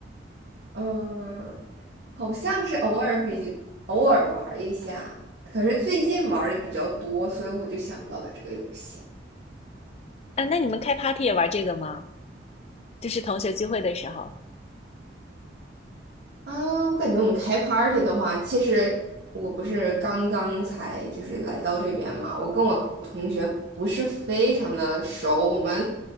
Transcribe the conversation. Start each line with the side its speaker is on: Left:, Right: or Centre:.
Right: 嗯，好像是偶尔比偶尔玩儿一下，可是最近玩的比较多，所以我就想到了这个游戏。
Left: 啊，那你们开 party 也玩这个吗？就是同学聚会的时候
Right: 啊，我感觉我们开 party 的话，其实我不是刚刚才就是来到这边嘛，我跟我同学不是非常的熟，我们